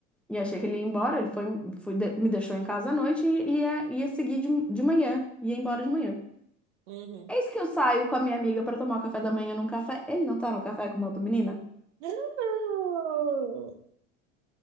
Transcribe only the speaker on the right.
Uhum.
<laughs> Não!